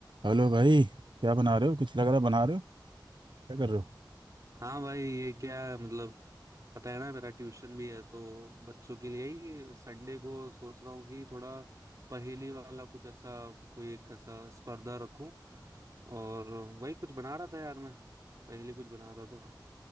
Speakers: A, on the right (about 80°); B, on the right (about 45°).
A: Hello भाई क्या बना रहे हो कुछ लग रहा है बना रहे हो क्या कर रहे हो
B: हाँ भाई ये क्या है, मतलब पता है ना मेरा ट्यूशन भी है तो बच्चों के लिए ही संडे को सोच रहा हूँ कि थोड़ा पहेली वाला कुछ ऐसा कोई एक ऐसा स्पर्धा रखूं और वही कुछ बना रहा था यार मैं पहेली कुछ बना रहा था